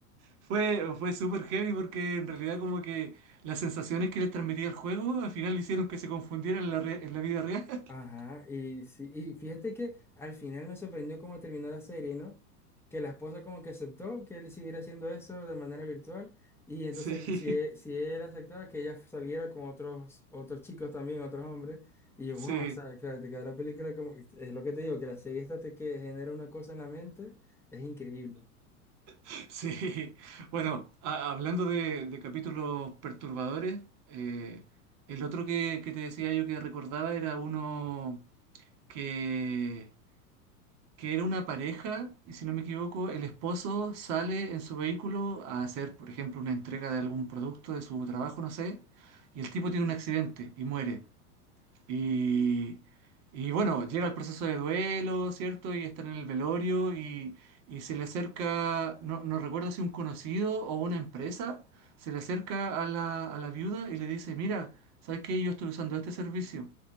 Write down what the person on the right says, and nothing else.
Fue, fue, fue súper heavy porque en realidad como que las sensaciones que les transmitía el juego al final hicieron que se confundieran en la, re- en la vida real. <laughs>
Sí,
sí.
Sí, <laughs> bueno, a- hablando de, de capítulos perturbadores, eh, el otro que, que te decía yo que recordaba era uno que, que era una pareja, y si no me equivoco, el esposo sale en su vehículo a hacer, por ejemplo, una entrega de algún producto de su trabajo, no sé, y el tipo tiene un accidente y muere. Y, y bueno, llega el proceso de duelo, ¿cierto? Y están en el velorio y, y se le acerca, no, no recuerdo si un conocido o una empresa, se le acerca a la, a la viuda y le dice, mira, ¿sabes qué? Yo estoy usando este servicio.